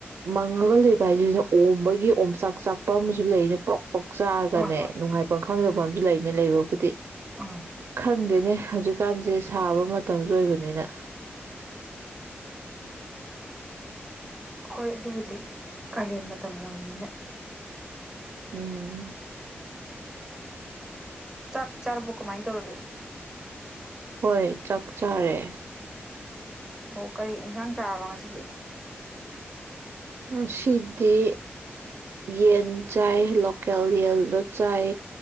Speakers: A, on the right (about 65°); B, in the centre.
A: ꯃꯪꯉꯒ ꯂꯩꯕ ꯍꯥꯏꯁꯤꯁꯤꯅ ꯑꯣꯝꯕꯒꯤ ꯑꯣ ꯆꯥꯛ ꯆꯥꯛꯄ ꯑꯃꯁꯨ ꯂꯩꯅꯦ ꯄ꯭ꯔꯣꯛ ꯄꯣꯛ ꯆꯥꯔꯒꯅꯦ
B: ꯍꯣꯏ ꯍꯣꯏ
A: ꯅꯨꯡꯉꯥꯏꯐꯝ ꯈꯪꯗꯕ ꯑꯃꯁꯨ ꯂꯩ ꯑ ꯂꯩꯕꯕꯨꯗꯤ
B: ꯑꯥ
A: ꯈꯪꯗꯦꯅꯦ ꯍꯧꯖꯤꯛꯀꯥꯟꯁꯦ ꯊꯥꯕ ꯃꯇꯝꯁꯨ ꯑꯣꯏꯕꯅꯤꯅ
B: ꯍꯣꯏ ꯑꯗꯨꯕꯨꯗꯤ ꯀꯥꯂꯦꯟ ꯃꯇꯝ ꯑꯣꯏꯕꯅꯤꯅ
A: ꯎꯝ
B: ꯆꯥꯛ ꯆꯥꯔꯕꯣ ꯀꯃꯥꯏ ꯇꯧꯔꯒꯦ
A: ꯍꯣꯏ ꯆꯥꯛ ꯆꯥꯔꯦ
B: ꯑꯣ ꯀꯔꯤ ꯏꯟꯁꯥꯡ ꯆꯥꯔꯕ ꯉꯁꯤꯗꯤ
A: ꯉꯥꯁꯤꯗꯤ ꯌꯦꯟ ꯆꯥꯏ ꯂꯣꯀꯦꯜ ꯌꯦꯟꯗꯣ ꯆꯥꯏ